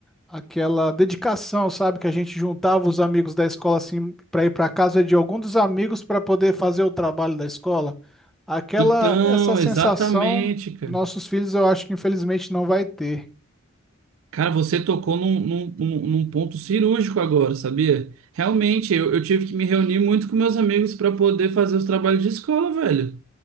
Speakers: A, in the centre; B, on the right.
A: aquela dedicação, sabe? Que a gente juntava os amigos da escola assim para ir para casa de algum dos amigos para poder fazer o trabalho da escola. Aquela
B: Então,
A: essa sensação,
B: exatamente, cara.
A: nossos filhos eu acho que infelizmente não vai ter.
B: Cara, você tocou num, num, num- num ponto cirúrgico agora, sabia? Realmente, eu, eu tive que me reunir muito com meus amigos para poder fazer os trabalhos de escola, velho.